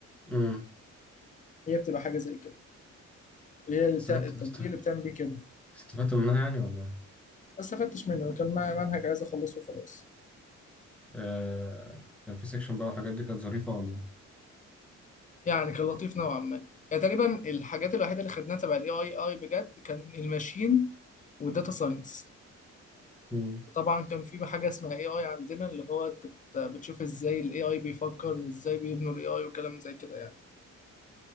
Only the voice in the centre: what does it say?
امم
استفدت
است-
استفدت منها يعني ولا
آه... كان في سيكشن بقى والحاجات دي كانت ظريفة ولا
امم